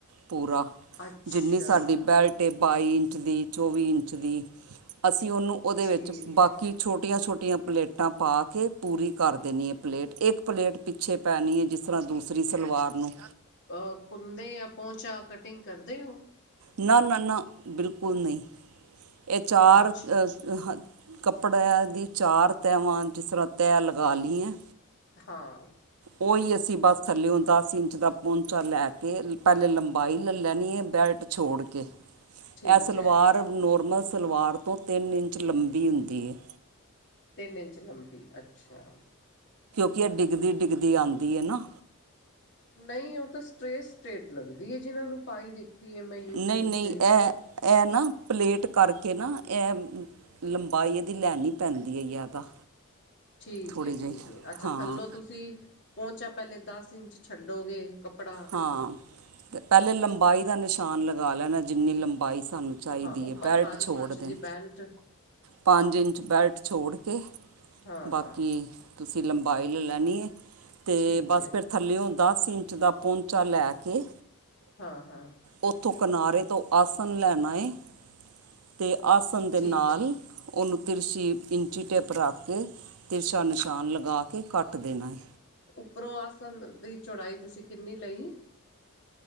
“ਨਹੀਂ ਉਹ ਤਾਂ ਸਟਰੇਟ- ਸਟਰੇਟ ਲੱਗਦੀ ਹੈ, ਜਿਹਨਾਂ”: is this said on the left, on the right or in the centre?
Left